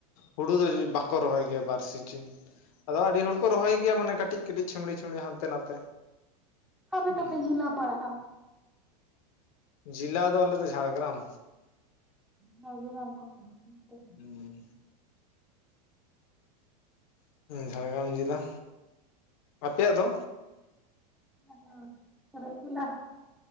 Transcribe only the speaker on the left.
ᱦᱩᱲᱩ ᱫᱚ ᱵᱟᱠᱚ ᱨᱚᱦᱚᱭ ᱜᱮᱭᱟ ᱵᱟᱨ ᱥᱤᱡᱤᱱ᱾ ᱟᱫᱚ ᱟᱹᱰᱤ ᱦᱚᱲ ᱠᱚ ᱨᱚᱦᱚᱭ ᱜᱮᱭᱟ ᱢᱟᱱᱮ ᱠᱟᱹᱴᱤᱡ ᱠᱟᱹᱴᱤᱡ ᱪᱷᱤᱢᱲᱤ ᱪᱷᱤᱢᱲᱤ ᱦᱟᱱᱛᱮ ᱱᱟᱛᱮ᱾
ᱦᱩᱸ
ᱡᱮᱞᱟ ᱫᱚ ᱟᱞᱮ ᱫᱚ ᱡᱷᱟᱲᱜᱨᱟᱢ᱾
ᱦᱩᱸ᱾ ᱡᱷᱟᱲᱜᱨᱟᱢ ᱡᱮᱞᱟ, ᱟᱯᱮᱭᱟᱜ ᱫᱚ?